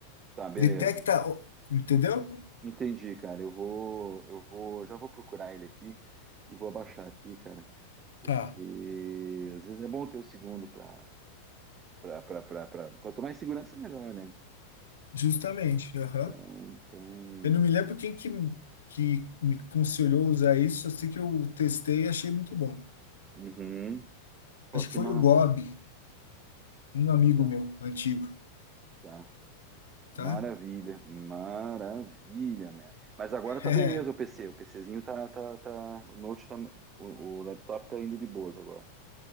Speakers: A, on the right (about 25°); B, on the left (about 65°).
A: tá, beleza.
B: detecta, o- entendeu?
A: Entendi, cara. Eu vou, eu vou, já vou procurar ele aqui e vou abaixar aqui, cara, porque
B: Tá.
A: às vezes é bom ter o segundo para para para para quanto mais segurança melhor, né?
B: Justamente. aham.
A: Então, então,
B: Eu não me lembro quem que, que me aconselhou a usar isso, eu sei que eu testei e achei muito bom.
A: uhum. Pô,
B: Acho
A: que
B: que foi
A: massa.
B: o Gob, um amigo
A: Tá,
B: meu antigo,
A: tá.
B: tá?
A: Maravilha, maravilha, man. Mas agora
B: <laughs>
A: tá
B: É,
A: beleza o PC, o PCzinho tá tá tá, o note tá, o, o laptop tá indo de boas agora.